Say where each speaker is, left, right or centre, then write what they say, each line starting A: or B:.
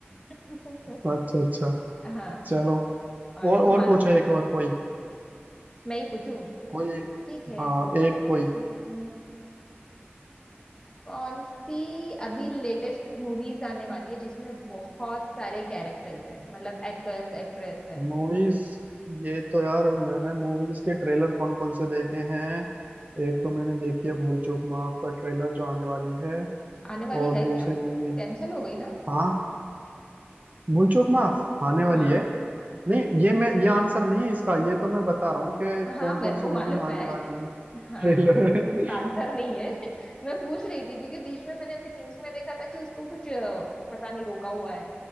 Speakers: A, on the left (about 20°); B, on the right (about 40°).
A: <laughs>
B: अच्छा अच्छा।
A: हाँ
B: चलो
A: और
B: और और
A: तुम्हारा
B: पूछो एक और कोई
A: मैं ही पूछू
B: कोई
A: ठीक है
B: हाँ एक कोई
A: हम्म, कौन सी अभी लेटेस्ट मूवीज आने वाली है जिसमें बहुत सारे कैरेक्टर्स हैं मतलब एक्टर्स एक्ट्रेस हैं
B: मूवीज ये तो यार मैंने मूवीज के ट्रेलर कौन कौन से देखे हैं एक तो मैंने देखी है भूल चूक माफ का ट्रेलर जो आने वाली है
A: आने वाली
B: और
A: है
B: दूसरी
A: क्या वो
B: मूवी है
A: कैंसिल हो गई ना
B: हाँ भूलचूक माफ आने वाली
A: हाँ
B: है नहीं ये मैं ये आंसर नहीं है इसका ये तो मैं बता रहा हूँ कि
A: हाँ
B: कौन
A: मेरे
B: कौन सी
A: को
B: मूवी
A: मालूम है
B: आने वाली
A: <laughs>
B: है
A: हाँ
B: ट्रेलर <laughs>
A: आंसर नहीं है <laughs> मैं पूछ रही थी क्योंकि बीच में मैंने अभी न्यूज में देखा था कि उसको कुछ अ, पता नहीं रोका हुआ है